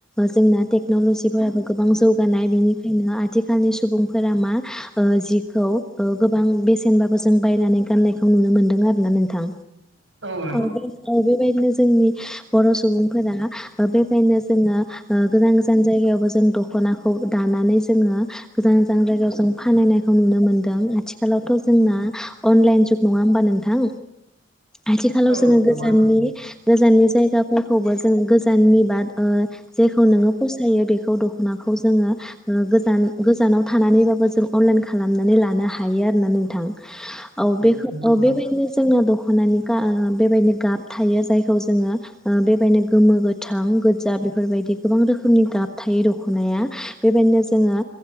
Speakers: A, in the centre; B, on the right.
A: जोंना टेक्न'लजिफोराबो गोबां जौगानाय बेनिखायनो आथि- खालनि सुबुंफोरा मा ओ जिखौ ओ गोबां बेसेनबाबो जों बायनानै गाननायखौ नुनो मोनदों आरोना नोंथां
B: औ
A: औ औ बेबायदिनो जोंनि बर' सुबुंफोरा बेबायदिनो जोङो ओ गोजान जायगायावबो जों दख'नाखौ दानानै जोङो। गोजान गोजान जायगायाव जों फाननायखौ नुनो मोनदों आथिखालावथ' जोंना अनलाइन जुग नङा होमबा नोंथां। आथिखालाव
B: औ
A: जोङो
B: नंगौ
A: गोजाननि
B: नोंथां
A: गोजाननि जायगाफोरखौबो जोङो गोजाननि बाद ओ जेखौ नोङो फसायो बेखौ दखनाखौ जोङो ओ गोजान गोजानाव थानानै बा बो जों अनलाइन खालामनानै लानो हायो आरोना नोंथां। औ बेखौ
B: नंगौ
A: औ बेबायदिनो
B: नोंथां
A: जोंना दख'नानि गा बेबायदिनो गाब थायो जायखौ जोङो ओ बेबायनो गोमो गोथां गोजा बेफोरबायदि गोबां रोखोमनि गाब थायो द- खनाया बेबायदिनो जोङो